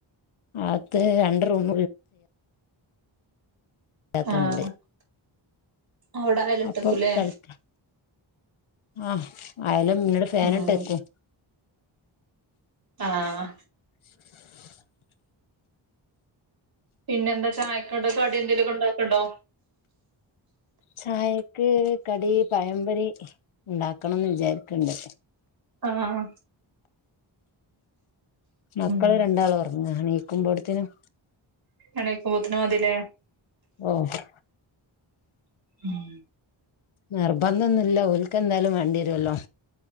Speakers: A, on the left (about 80°); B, on the right (about 45°).
A: അകത്ത് രണ്ട് റൂമ പറ്റാത്തണ്ട്
B: ആഹ് അവിടെ അയലിട്ടേക്കൂല്ലേ
A: അപ്പം തളിക്ക ആഹ് ആയാലും ഇന്നീട് ഫാനിട്ടേക്കും
B: ഉം ആഹ്
A: <inaudible>
B: പിന്നെ എന്താ ചായക്കൊട് കടി എന്തെലൊക്കെ ഉണ്ടാക്കണ്ടോ?
A: ചായക്ക് കടി പയംപൊരി ഉണ്ടാക്കണംന്ന് വിചാരിക്ക്ണ്ട്
B: ആഹ്
A: മക്കള്
B: ഉം
A: രണ്ടാള് ഉറങ്ങുക നീക്കുമ്പോഴത്തേനും
B: എണീക്കുമ്പോത്തിന് മതില്ലേ?
A: ഓഹ്
B: ഉം
A: നിർബന്ധം ഒന്നുല്ല ഓൽക്ക് എന്തായാലും വേണ്ട്യേരൊല്ലോ.